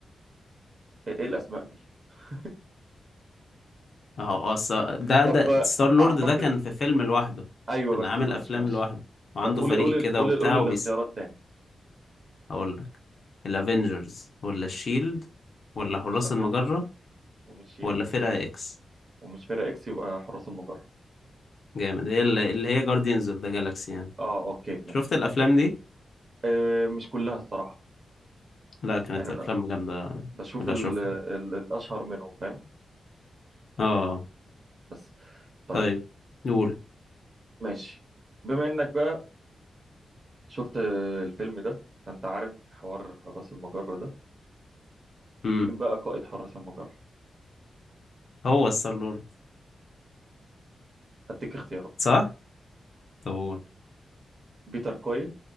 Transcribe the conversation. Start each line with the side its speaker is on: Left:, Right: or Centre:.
Right: ايه إيه الاسماء دي <laughs>
Left: اه اه الص- ده
Right: طب
Left: ده
Right: آه،
Left: ستار لورد
Right: اعتقد
Left: ده كان في فيلم لوحده
Right: ايوه
Left: كان
Right: بس
Left: عامل
Right: ماشي
Left: افلام
Right: ماشي
Left: لوحده وعنده
Right: طب قولي
Left: فريق
Right: قولي ال-
Left: كده
Right: قولي
Left: وبتاع
Right: قولي
Left: وبيس
Right: الاختيارات تاني
Left: اقول لك الافينجرز ولا الشيلد ولا
Right: هو
Left: حراس
Right: مش افنجرز
Left: المجرة
Right: ومش شيل
Left: ولا فرقة اكس
Right: ومش فرقة اكس يبقى حراس المجرة
Left: جامد هي اللي اللي هي جارديانز اوف ذا جالاكسي يعني
Right: اه اوكي ماشي
Left: شفت الافلام دي
Right: أه مش كلها الصراحة
Left: لا كانت
Right: يعني انا
Left: افلام جامدة
Right: بشوف
Left: تبقى
Right: ال
Left: اشوفها
Right: ال الاشهر منهم فاهم
Left: اه
Right: بس طيب
Left: طيب نقول
Right: ماشي بما انك بقى شفت آه، الفيلم ده فانت عارف حوار حراس المجرة ده
Left: امم
Right: مين بقى قائد حراس المجرة
Left: هو ستار لورد
Right: اديك اختيارات
Left: صح طب قول
Right: بيتر كويل